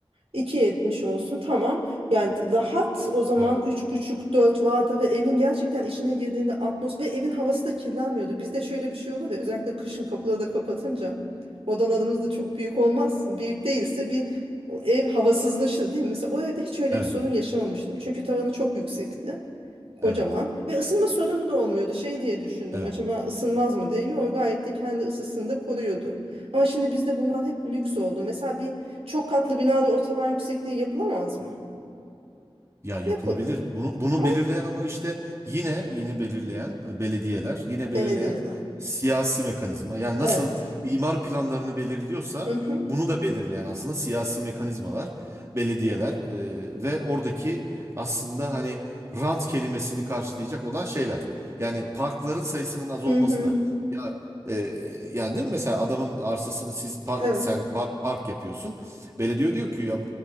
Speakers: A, on the right; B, on the right.
A: iki yetmiş olsun tamam. Yani rahat o zaman
B: Yani
A: üç buçuk dört vardı ve evin gerçekten içine girdiğinde atmos ve evin havası da kirlenmiyordu. Bizde şöyle bir şey olur ya özellikle kışın kapıları da kapatınca odalarımız da çok büyük olmaz. Büyük değilse bir o ev havasızlaşır değil mi? Mesela o evde hiç öyle
B: Evet.
A: bir sorun yaşamamıştım. Çünkü tavanı çok yüksekti. Kocaman.
B: Evet.
A: Ve ısınma sorunu da olmuyordu. Şey diye düşündüm.
B: Evet.
A: Acaba ısınmaz mı diye. Yok gayet de kendi ısısını da koruyordu. Ama şimdi bizde bunlar hep lüks oldu. Mesela bir çok katlı binada o tavan yüksekliği yapılamaz mı?
B: Ya yapılabilir.
A: Yapılır.
B: Bunu, bunu
A: Ama
B: belirleyen ama işte yine yine belirleyen e, belediyeler, yine belirleyen
A: belediyeden.
B: siyasi mekanizma. Yani
A: Evet.
B: nasıl imar planlarını belirliyorsa
A: Hı hı.
B: bunu da belirleyen aslında siyasi mekanizmalar, belediyeler e, ve oradaki aslında hani rant kelimesini karşılayacak olan şeyler. Yani parkların sayısının az olması
A: Hı hı.
B: da ee, yani değil mi mesela adamın arsasını siz pa-
A: Evet.
B: sen par- park yapıyorsun. Belediye diyor ki ya